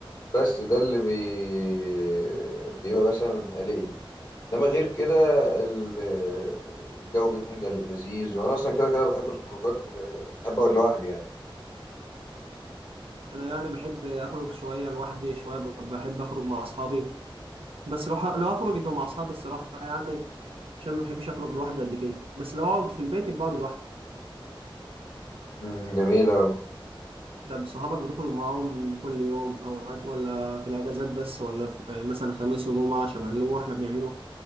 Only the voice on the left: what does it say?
بس ده اللي بي... بيبقى مثلا قلقني إنما غير كده ال- الجو بيكون جل- لذيذ وأنا أصلا كده كده بحب الخروجات بحب أقعد لوحدي يعني
مم، جميل أوي